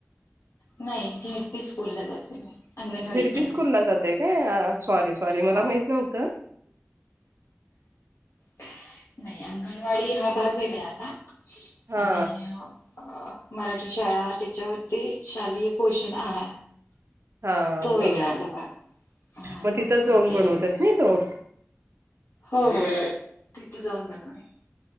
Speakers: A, on the left; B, on the right.
A: नाही झेड पी स्कूल ला जाते मी अंगणवाडीत
B: झेड पी
A: नाहीये
B: स्कूल ला जाताय काय? सॉरी सॉरी
A: हो
B: मला माहित नव्हतं.
A: नाही, अंगणवाडी हा भाग वेगळा आला.
B: हा
A: आणि अ मराठी शाळा त्याच्यावरती शालेय पोषण आहार
B: हा
A: तो वेगळा
B: बरोबर
A: आला भाग हा
B: मग तिथंच जावून
A: ते
B: बनवतात नाही तो
A: हो हो तिथे जाऊन बनवाय.